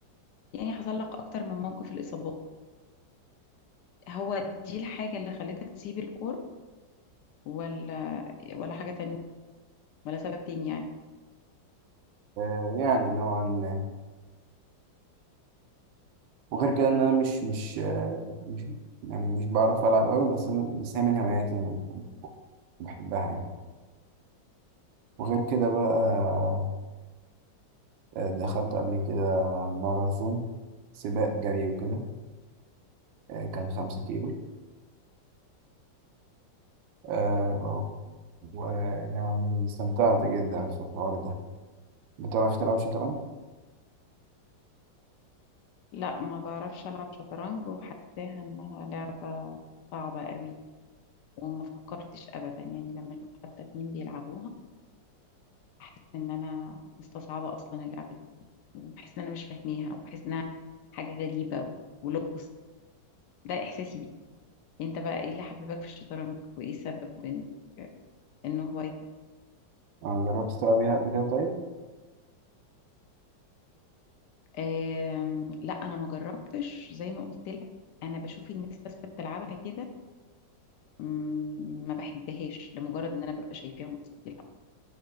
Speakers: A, on the left; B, on the right.
A: يعني حصل لك اكتر من موقف الاصابات هو دي الحاجة اللي خلتك تسيب الكورة ولا ولا حاجة تانية ولا سبب تاني يعني
B: آه يعني نوعا ما وغير كده إن أنا مش مش آه مش يعني مش بعرف ألعب قوي بس أنا بس هي من هواياتي يعني بحبها يعني وغير كده بقى آه، دخلت قبل كده ماراثون سباق جري وكده آه، كان خمسة كيلو آه، و- ويعني استمتعت جدا في الحوار ده بتعرف تلعب شطرنج؟
A: لا ما بعرفش ألعب شطرنج وحاساها إنها لعبة صعبة قوي وما فكرتش أبدا يعني لما أشوف حتى اتنين بيلعبوها بحس إن أنا مستصعبة أصلا اللعبة دي وبحس إن أنا مش فاهماها وبحس إنها حاجة غريبة و- ولغز ده إحساسي بيه أنت بقى إيه اللي حببك في الشطرنج وإيه سبب إن إنه هوايتك
B: آه، جربت تلعبيها قبل كده طيب؟
A: آم، لا أنا ما جربتش زي ما قلت لك أنا بشوف الناس بس بتلعبها كده مم، ما بحبهاش لمجرد ان انا ببقى شايفاهم بس بيلعبوا